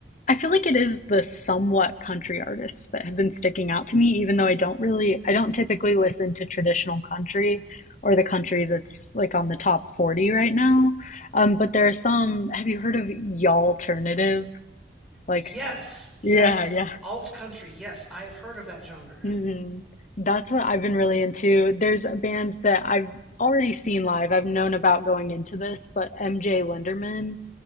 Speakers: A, on the left (about 45°); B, in the centre.
A: I feel like it is the somewhat country artists that have been sticking out to me, even though I don't really, I don't typically listen to traditional country or the country that's like on the top 40 right now. Um, but there are some, have you heard of y'alternative? Like,
B: Yes, yes,
A: yeah, yeah.
B: alt country. Yes, I have heard of that genre.
A: hmm That's what I've been really into. There's a band that I've already seen live. I've known about going into this, but MJ Lenderman